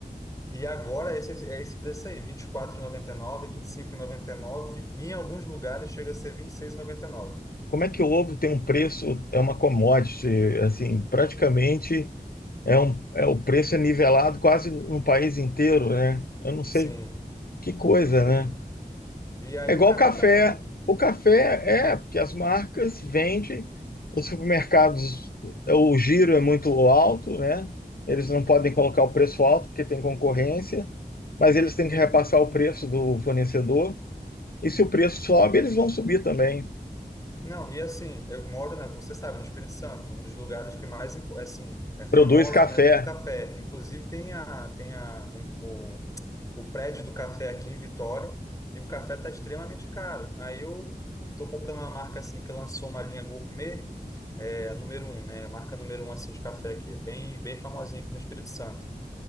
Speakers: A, on the left (about 20°); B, on the left (about 65°).
A: E agora esse, é esse preço aí, vinte R$24,99, R$25,99 e nove, nove vinte e cinco e noventa e cinco noventa em alguns lugares chega a ser vinte e e seis e noventa e nove.
B: Como é que o ovo tem um preço, é uma commodity, assim, praticamente é um, é, o preço é nivelado quase no país inteiro, né? Eu não sei
A: Sim,
B: que coisa,
A: sim.
B: né?
A: E aí
B: É igual
A: o café
B: o café.
A: também, né?
B: O café é, porque as marcas vendem, os supermercados, é, o giro é muito alto, né? Eles não podem colocar o preço alto porque tem concorrência, mas
A: Uhum.
B: eles têm que repassar o preço do fornecedor. E se o preço sobe, eles vão subir também.
A: Não, e assim, eu moro, né, como você sabe, no Espírito Santo, um dos lugares que mais, impo- assim, é famosos,
B: Produz café.
A: né, pelo café. Inclusive tem a, tem a, um- o, o prédio do café aqui em Vitória e o café está extremamente caro. Aí eu tô comprando uma marca, assim, que lançou uma linha gourmet, é, a número um, né, a marca número um, assim, de café aqui, é bem, bem famosinha aqui no Espírito Santo.